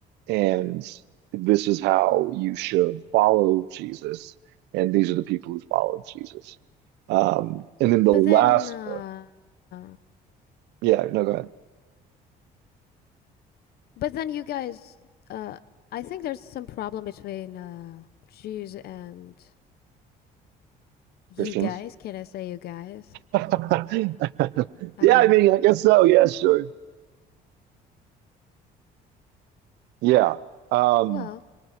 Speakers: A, on the right (about 90°); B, on the left (about 65°).
A: and this is how you should follow Jesus. And these are the people who followed Jesus. Um, and then the
B: But
A: last
B: then, uh,
A: book.
B: uh,
A: Yeah, no, go ahead.
B: but then you guys, uh, I think there's some problem between uh Jews and you
A: Christians.
B: guys. Can I say you guys?
A: <laughs>
B: Uh-huh.
A: Yeah, I mean, I guess so. Yeah, sure. Yeah. Um,
B: Well,